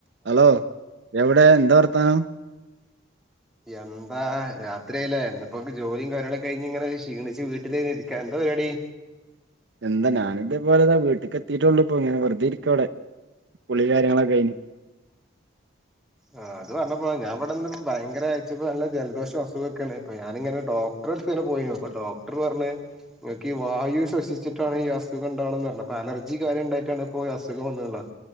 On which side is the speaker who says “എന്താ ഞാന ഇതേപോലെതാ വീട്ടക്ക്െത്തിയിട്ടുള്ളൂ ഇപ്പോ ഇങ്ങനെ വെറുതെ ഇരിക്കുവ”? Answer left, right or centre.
Right